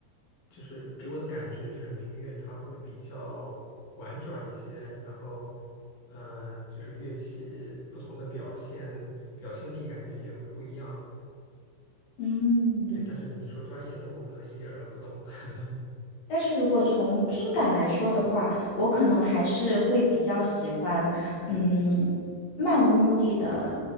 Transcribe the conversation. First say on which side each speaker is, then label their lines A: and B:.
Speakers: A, on the left; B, on the left.
A: 就是给我的感觉就是民乐它会比较婉转一些，然后，呃，就是乐器不同的表现表现力感觉也会不一样。
B: 嗯。
A: 对，但是你说专业的，我可能一点儿都不懂。<laughs>
B: 但是如果从听感来说的话，我可能还是会比较喜欢，嗯，漫无目的的